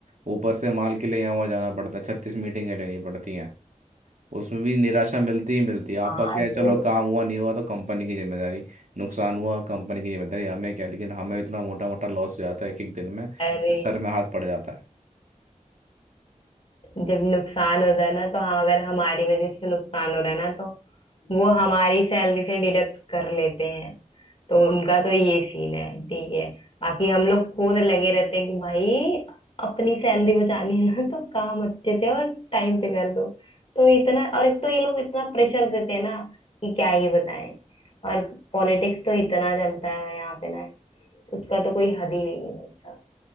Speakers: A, on the right; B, on the left.
A: ऊपर से माल के लिए यहाँ वहाँ जाना पड़ता है छत्तीस मीटिंगें लेनी पड़ती हैं उसमें भी निराशा मिलती ही मिलती है आपका
B: हाँ
A: क्या है
B: तो
A: चलो काम हुआ नहीं हुआ तो कंपनी की जिम्मेदारी नुकसान हुआ कंपनी की जिम्मेदारी हमें क्या लेकिन हमें इतना मोटा मोटा लॉस हो जाता है कि एक दिन में कि
B: अरे
A: सर में हाथ पड़ जाता है
B: जब नुकसान हो जाए ना तो हम अगर हमारी वजह से नुकसान हो रहा है ना तो वो हमारी सैलरी से डिडक्ट कर लेते हैं तो उनका तो ये सीन है ठीक है बाकी हम लोग खुद लगे रहते हैं कि भाई अपनी सैलरी बचानी है ना तो काम अच्छे से और टाइम पे कर दो तो इतना और एक तो ये लोग इतना प्रेशर देते हैं ना कि क्या ही बताएं और पॉलिटिक्स तो इतना चलता है यहाँ पे ना उसका तो कोई हद ही नहीं है भाई साहब